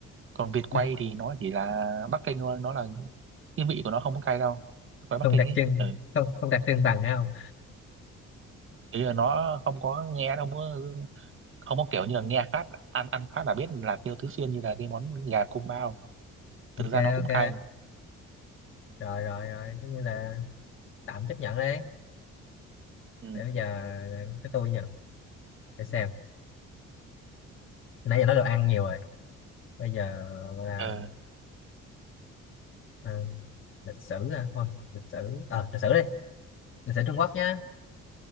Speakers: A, on the right; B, on the left.
A: còn vịt quay
B: Đây,
A: thì nó chỉ là Bắc Kinh thôi nó là cái vị của nó không có cay đâu quay Bắc
B: không
A: Kinh
B: đặc
A: ấy
B: trưng
A: ừ
B: không không đặc trưng bằng hả không
A: thì là nó không có nghe nó không có không có kiểu như là nghe phát ăn ăn phát là biết là tiêu tứ xuyên như là cái món gà cung bao thực
B: ok
A: ra nó cũng
B: ok
A: cay
B: rồi rồi rồi coi như là tạm chấp nhận đấy
A: ừ.
B: để bây giờ tới tôi nha để xem nãy giờ nói đồ ăn nhiều rồi bây giờ gọi là
A: ờ
B: à, lịch sử à? thôi lịch sử ờ lịch sử đi lịch sử Trung Quốc nhá